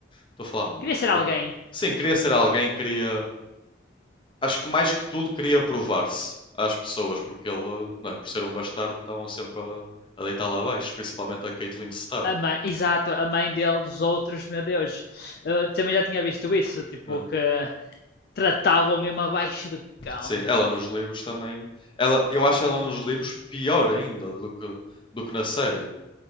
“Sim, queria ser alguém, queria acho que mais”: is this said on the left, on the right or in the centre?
Left